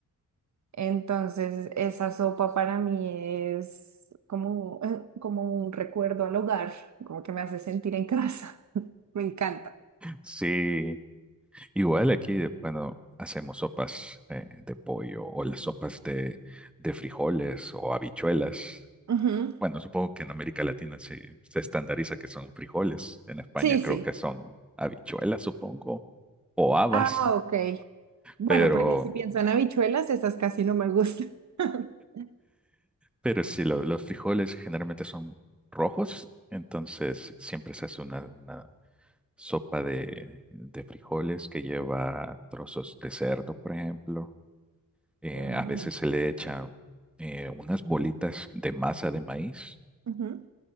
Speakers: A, on the right; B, in the centre.
A: Entonces, esa sopa para mí es como, <laughs> eh, como un recuerdo al hogar, como que me hace sentir en casa. Me encanta.
B: Sí, igual aquí, bueno, hacemos sopas eh, de pollo o las sopas de, de frijoles o habichuelas.
A: Ujú.
B: Bueno, supongo que en América Latina sí se estandariza que son frijoles. En España
A: Sí,
B: creo
A: sí.
B: que son habichuelas, supongo, o habas,
A: Ah, ok. Bueno,
B: pero,
A: porque si pienso en habichuelas, esas casi no me gustan. <laughs>
B: pero sí, lo- los frijoles generalmente son rojos, entonces siempre se hace una, una sopa de, de frijoles que lleva trozos de cerdo, por ejemplo. Eh,
A: Mm.
B: a veces se le echa eh, unas bolitas de masa de maíz
A: Ujú,